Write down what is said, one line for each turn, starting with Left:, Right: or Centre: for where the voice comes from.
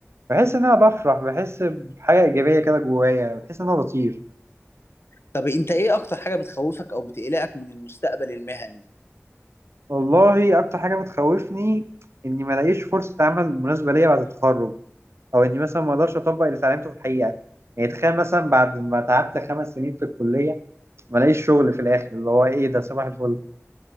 Right: بحس ان انا بفرح بحس بحاجه ايجابيه كده جوايا بحس ان انا بطير
Left: طب أنت إيه أكتر حاجة بتخوفك أو بتقلقك من المستقبل المهني؟
Right: والله اكتر حاجه بتخوفني اني ما الاقيش فرصه عمل مناسبه ليا بعد التخرج او اني مثلا ما اقدرش اطبق اللي اتعلمته في الحقيقه يعني تخيل مثلا بعد ما تعبت خمس سنين في الكليه ما الاقيش شغل في الاخر اللي هو ايه ده صباح الفل